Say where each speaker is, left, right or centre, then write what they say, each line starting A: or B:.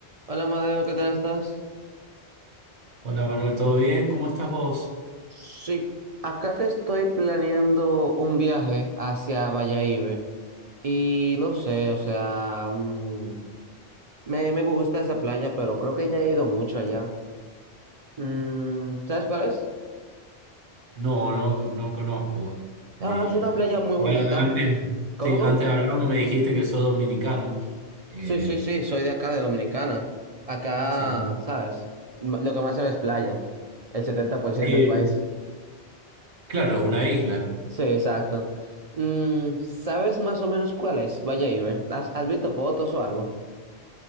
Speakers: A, on the right; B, on the right.
A: Hola Madeo, ¿qué tal estás?
B: Hola Manuel, ¿todo bien? ¿Cómo estás vos?
A: Sí, acá que estoy planeando un viaje hacia Bayahíbe y no sé, o sea, mm, me, me gusta esa playa, pero creo que ya he ido mucho allá. Mm, ¿sabes cuál es?
B: No, no, no conozco. Me-
A: Ah, es una playa muy bonita.
B: eh, antes,
A: ¿Cómo,
B: sí,
A: cómo?
B: antes hablando me dijiste que sos dominicano. Eh,
A: Sí, sí, sí, soy de acá, de Dominicana. Acá,
B: sí,
A: ¿sabes? M- Lo que más se ve es playa, el 70%
B: Sí,
A: del país.
B: claro, es una isla.
A: Sí, exacto. Mm, ¿sabes más o menos cuál es? Vaya Ibe. ¿Has, has visto fotos o algo?